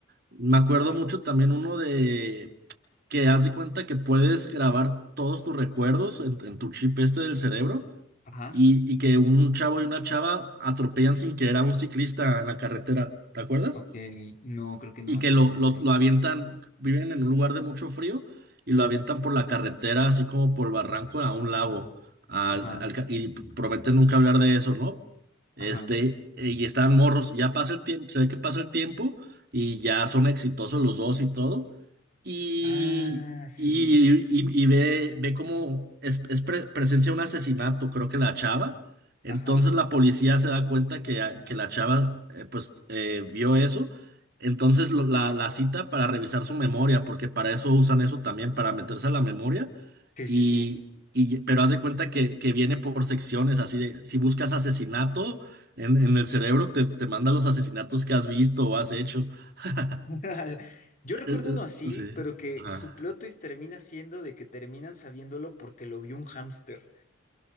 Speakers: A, on the right; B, on the left.
A: Me acuerdo mucho también uno de que haz de cuenta que puedes grabar todos tus recuerdos en, en tu chip este del cerebro
B: Ajá,
A: y, y que un chavo y una chava atropellan sin querer a un ciclista en la carretera, ¿te acuerdas?
B: ok, no, creo que no
A: y
B: me
A: que
B: acuerdo
A: lo,
B: de
A: lo,
B: ese.
A: lo avientan, viven en un lugar de mucho frío y lo avientan por la carretera, así como por el barranco a un lago. al-
B: Ajá,
A: al ca- y prometen nunca hablar de eso, ¿no? Este,
B: ajá.
A: eh, y están morros, ya pasa el tiempo, se ve que pasa el tiempo y ya son exitosos los dos y todo. Y,
B: Ah, sí,
A: y, y, y ve, ve cómo es, es pre- presencia un asesinato, creo que la chava. Entonces
B: ajá.
A: la policía se da cuenta que, que la chava eh, pues eh, vio eso entonces lo- la, la cita para revisar su memoria, porque para eso usan eso también, para meterse a la memoria.
B: Sí,
A: Y,
B: sí, sí.
A: y- pero haz de cuenta que, que viene por secciones, así de, si buscas asesinato en, en el cerebro, te, te manda los asesinatos que has visto o has hecho. <laughs>
B: <laughs> Yo recuerdo
A: Eh,
B: uno así,
A: eh, Sí.
B: pero que,
A: Ajá.
B: que su plot twist termina siendo de que terminan sabiéndolo porque lo vio un hámster.